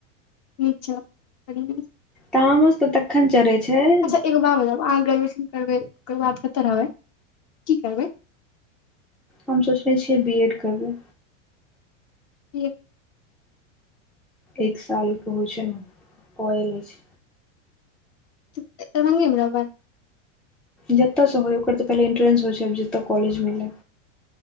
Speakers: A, on the left; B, in the centre.
A: <inaudible>
B: तामस तऽ तखन चढ़ै छैय
A: अच्छा एगो बात बताब अहाँ ग्रेजुएशन करबै ओकर बाद कतऽ रहबै कि करबै
B: हम सोचने छियै बी एड करबै
A: ठीक
B: एक साल कऽ होइ छैय कए लै अछि
A: तऽ दरभंगे में रहबै
B: जतय स होय ओकर तऽ पहिले इन्ट्रेन्स होइ छै आब जतऽ कॉलेज मिलै।